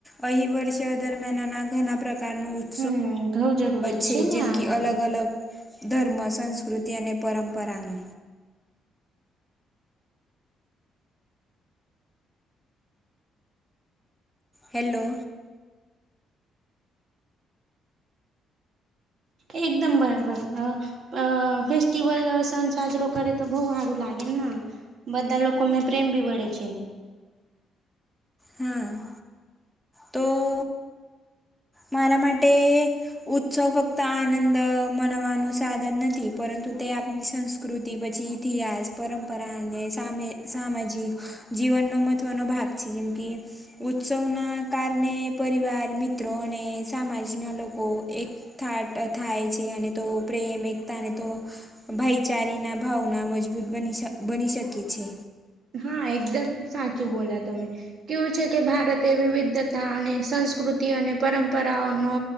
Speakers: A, in the centre; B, on the right.
A: અહીં વર્ષ દરમિયાનના ઘણા પ્રકારનું
B: હમ ઘઉ જરૂરત
A: છે
B: ને
A: જેમ
B: આ
A: કે
B: તો
A: અલગ અલગ ધર્મ સંસ્કૃતિ અને પરંપરાનો હેલો
B: એકદમ બરાબર અ ફેસ્ટિવલ સન સાજરો કરે તો ભઉ આારું લાગેને બધા લોકોને પ્રેમ બી વળે છે
A: હમ તો મારા માટે ઉત્સવ ફક્ત આનંદ મનાવવાનું સાધન નથી પરંતુ તે આપની સંસ્કૃતિ પછી ઇતિહાસ પરંપરા અને સામે સામાજિક જીવનનો મહત્ત્વનો ભાગ છે જેમ કે ઉત્સવના કારણે પરિવાર મિત્રો અને સમાજના લોકો એક થાટ થાય છે અને તો પ્રેમ એકતાને તો ભાઈચારી ના ભાવના મજબૂત બની બની શકે છે
B: હા એકદમ સાચું બોલા્યા તમે કેવું છે કે ભારતે વિવિધતા અને સંસ્કૃતિ અને પરંપરાઓનો